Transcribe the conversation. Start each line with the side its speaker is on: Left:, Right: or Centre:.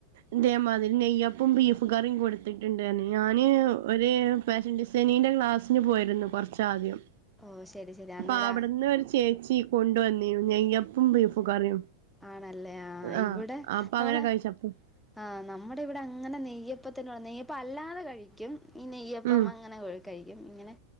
Right: ഇതേമാതിരി നെയ്യപ്പോം ബീഫ് കറിയും കൊടുത്തിട്ടുണ്ടായിരുന്നു ഞാൻ ഒരു- ഫാഷൻ ഡിസൈനിന്റെ ക്ലാസ്സിന് പോയിരുന്നു കൊറച്ച് ആദ്യം
Centre: ഓ ശരി ശരി
Right: അപ്പൊ
Centre: അന്നേരം
Right: അവിടിന്ന് ഒരു ചേച്ചി കൊണ്ട് വന്നിരുന്നു നെയ്യപ്പോം ബീഫും കറിയും
Centre: ആണല്ലേ ആ
Right: ആഹ്
Centre: ഇവിടെ
Right: അപ്പൊ
Centre: നമ്മള് -
Right: <unintelligible>
Centre: ആ നമ്മുടെ ഇവിടെ അങ്ങനെ നെയ്യപ്പത്തിന് നെയ്യപ്പം അല്ലാതെ കഴിക്കും ഈ നെയ്യപ്പം
Right: ഉം
Centre: അങ്ങനെ കഴിക്കും കഴിക്കും ഇങ്ങനെ